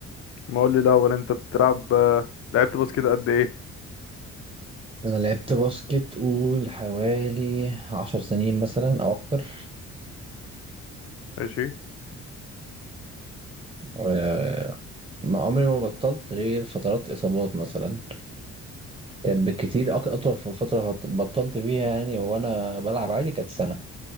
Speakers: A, on the left; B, on the right.
A: ما قول لي الاول انت بتلعب آه، لعبت باسكت قد ايه
B: انا لعبت باسكت قول حوالي عشر سنين مثلا او اكتر
A: ماشي
B: و- ما عمري ما بطلت غير فترات اصابات مثلا كانت بالكتير أك- اطول في فتره بط- بطلت فيها يعني وانا بلعب عادي كانت سنه